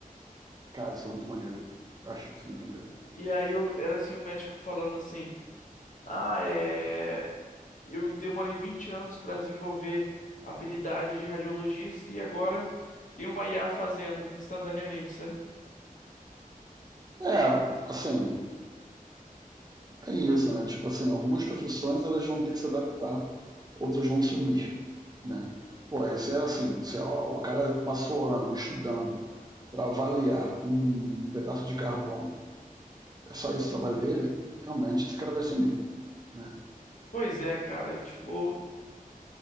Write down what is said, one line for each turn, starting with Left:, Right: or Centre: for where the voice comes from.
Right: Cara, isso é muito maneiro. Eu acho isso muito maneiro.
Left: E aí eu era assim, o médico falando assim: "Ah, é, eu demorei 20 anos pra desenvolver a habilidade de radiologista e agora tem uma IA fazendo instantaneamente, sabe?"
Right: É, assim, tem isso, né? Tipo assim, algumas profissões elas vão ter que se adaptar, outras vão sumir, né? Pô, isso é assim, se ó, o cara passou ano estudando para avaliar um pedaço de carbono, é só isso o trabalho dele, realmente esse cara vai sumir, né?
Left: Pois é, cara, tipo,